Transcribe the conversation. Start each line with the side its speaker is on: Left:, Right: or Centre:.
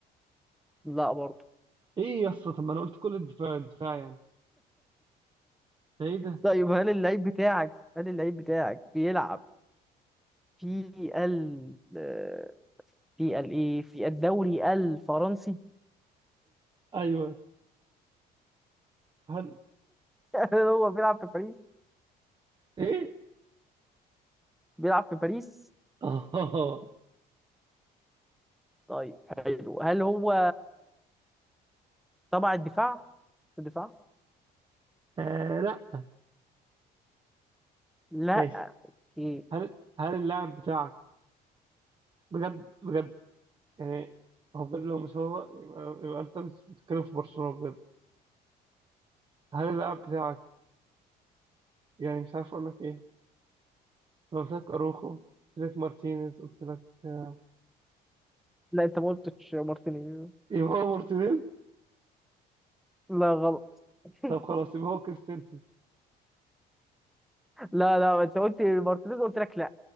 Centre: لا برضه
Right: ايه يا اسطى طب ما انا قلت كل الدفاع الدفاع يعني ده ايه ده؟
Centre: طيب هل اللعيب بتاعك هل اللعيب بتاعك بيلعب في ال آه، في ال ايه في الدوري الفرنسي
Right: ايوه يا اسطى. هل
Centre: <laughs> هل هو بيلعب في باريس
Right: ايه؟
Centre: بيلعب في باريس
Right: <laughs> اه
Centre: طيب حلو هل هو تبع الدفاع في الدفاع
Right: آه، لا
Centre: لا
Right: ماشي
Centre: اوكي
Right: هل هل اللاعب بتاعك بجد بجد يعني هو بجد لو مش هو يبقى, يبقى انت مش بتتكلم في برشلونة بجد هل اللاعب بتاعك يعني مش عارف اقول لك ايه أنا قلت لك أروخو قلت لك مارتينيز قلت لك آه،
Centre: لا انت ما قلتش مارتينيز
Right: يبقى هو مارتينيز
Centre: لا غلط <laughs>
Right: طب خلاص يبقى هو كريستنسن
Centre: لا لا انت قلت مارتينيز قلت لك لا